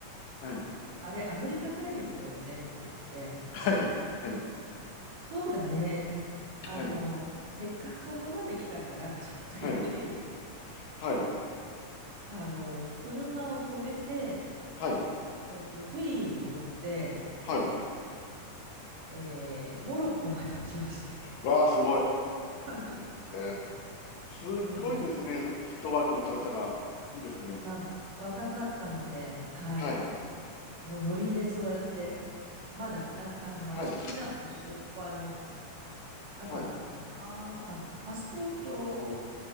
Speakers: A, on the left (about 70°); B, on the right (about 85°).
A: はい、
B: あれ、アフリカ大陸だよねって言って、
A: はい、は
B: そうだね。あの、
A: い、は
B: せっかくここまで来たから、ちょっと行ってみる。
A: い、はい、はい、
B: あの、車を止めて、
A: はい、
B: えっと、フェリーに乗って、
A: はい。
B: えーモロッコまで行きました。
A: わあ、すごい。へ
B: はい。
A: え、すごいですね。
B: うん。
A: フットワークの軽さが。いいですね。
B: まあ、若かったので、はい。
A: はい、
B: もうノリでそうやって、まだ、なんか、あの、まあ、
A: はい、
B: ビザの心配も、あ、なかったかな。
A: はい、
B: あ、パスポート